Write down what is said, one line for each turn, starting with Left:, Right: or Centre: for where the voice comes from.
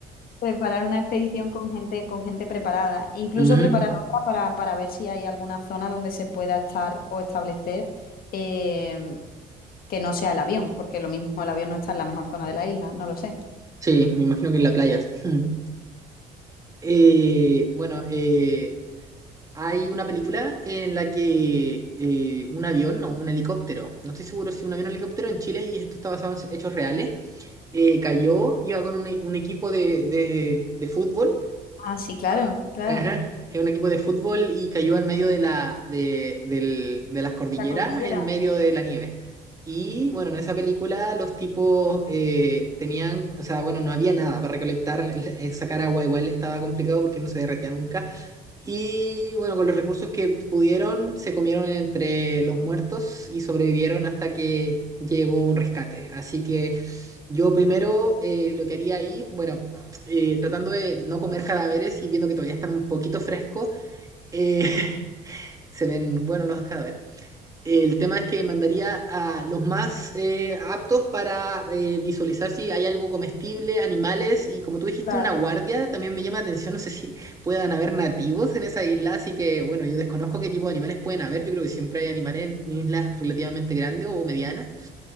Left: Preparar una expedición con gente, con gente preparada. Incluso
Right: Ujú.
Left: preparar otra para, para ver si hay alguna zona donde se pueda estar o establecer eh, que no sea el avión, porque lo mismo el avión no está en la mejor zona de la isla, no lo sé.
Right: Sí, me imagino que en la playa. Mm. Eh, bueno, eh, hay una película en la que eh, un avión o un helicóptero, no estoy seguro si un avión o un helicóptero en Chile, y esto está basado en hechos reales, eh, cayó, iba con un, e- un equipo de, de- de fútbol,
Left: Ah, sí, claro, claro.
Right: ajá, eh, un equipo de fútbol y cayó en medio de, la, de, del- de las cordilleras,
Left: La cordillera,
Right: en medio de la nieve. Y bueno, en esa película los tipos eh, tenían, o sea, bueno, no había nada para recolectar, <laughs> sacar agua igual estaba complicado porque no se derretía nunca. Y bueno, con los recursos que pudieron, se comieron entre los muertos y sobrevivieron hasta que llegó un rescate. Así que yo primero eh, lo que haría ahí, bueno, eh, tratando de no comer cadáveres y viendo que todavía están un poquito frescos, eh, <laughs> se ven buenos los cadáveres. El tema es que mandaría a los más eh, aptos para eh, visualizar si hay algo comestible, animales y como tú dijiste,
Left: claro.
Right: una guardia. También me llama la atención, no sé si puedan haber nativos en esa isla, así que bueno, yo desconozco qué tipo de animales pueden haber. Yo creo que siempre hay animales en islas relativamente grandes o medianas.